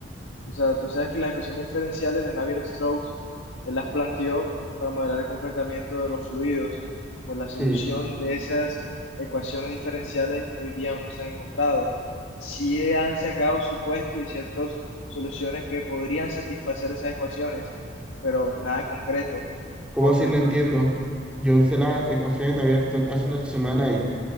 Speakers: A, on the left; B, in the centre.
A: O sea, tú sabes que las ecuaciones diferenciales de Navier-Stokes, él las planteó para modelar el comportamiento de los fluidos. Por la solución
B: Sí.
A: de esas ecuaciones diferenciales, hoy día aún no se han encontrado. Sí han sacado supuestos y ciertas soluciones que podrían satisfacer esas ecuaciones, pero nada concreto.
B: ¿Cómo
A: Con
B: así?
A: el
B: No
A: pro-
B: entiendo. Yo usé las ecuaciones de Navier Stokes hace una semana y